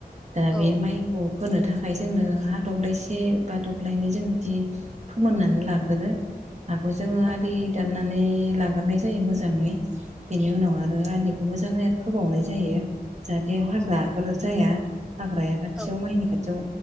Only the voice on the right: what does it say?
दा
बे माइ औ फोनो थाखाय जोंनो हा दब्लायसे बा दब्लायनै जों बिदि फोमोननानै लागोरो हाखौ जोङो
आलि दाननानै लाग्रोनाय जायो मोजाङै बिनि उनाव आरो आलिखौ मोजाङै फोबावनाय जायो। जाहाथे हाग्राफोर जाया हाग्राया खाथियाव
माइनि खाथियाव